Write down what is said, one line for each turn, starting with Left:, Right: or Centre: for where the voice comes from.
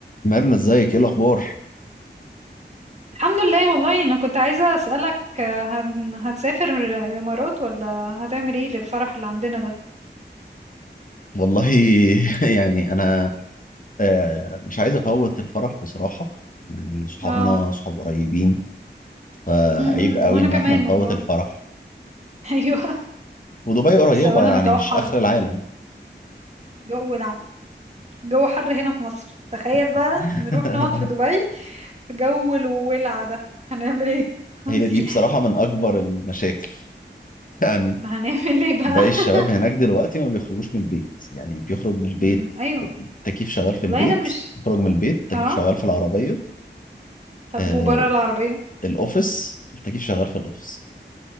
Left: ميرنا ازيك ايه الاخبار
Right: الحمد لله والله انا كنت عايزة اسألك آه، هن- هتسافر الامارات ولا هتعمل ايه للفرح اللي عندنا ده
Left: والله <laughs> يعني انا آه، مش عايز افوت الفرح بصراحه يعني صحابنا
Right: اه
Left: صحاب قريبين فعيب
Right: امم
Left: قوي
Right: انا
Left: ان
Right: كمان
Left: احنا نفوت
Right: والله
Left: الفرح
Right: <laughs> ايوه
Left: ودبي قريبه
Right: بس اولا
Left: يعني
Right: الجو
Left: مش
Right: حر
Left: اخر العالم
Right: جو ولع جو حر هنا في مصر تخيل
Left: <laughs>
Right: بقى نروح نقعد في دبي في جو الولع ده هنعمل ايه <laughs> هنسيح
Left: هي دي بصراحه من اكبر المشاكل <laughs> يعني
Right: ما هنعمل ايه بقى
Left: باقي الشباب هناك دلوقتي ما بيخرجوش من البيت يعني بيخرج من البيت
Right: امم ايوه
Left: التكييف شغال في
Right: والله
Left: البيت
Right: انا مش
Left: بيخرج من البيت التكييف
Right: اه
Left: شغال في العربيه
Right: طب
Left: آه،
Right: وبره العربية
Left: الاوفيس التكييف شغال في الاوفيس